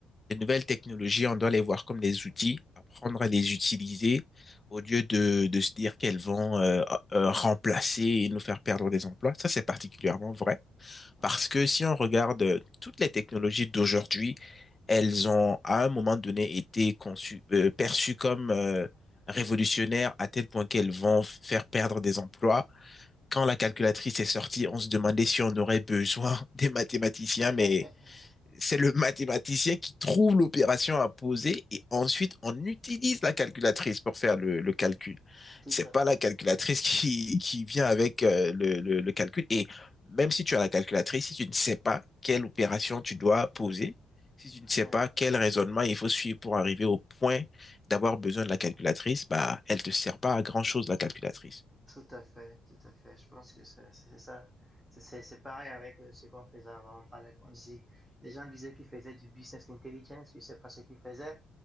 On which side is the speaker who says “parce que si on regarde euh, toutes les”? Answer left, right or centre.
Left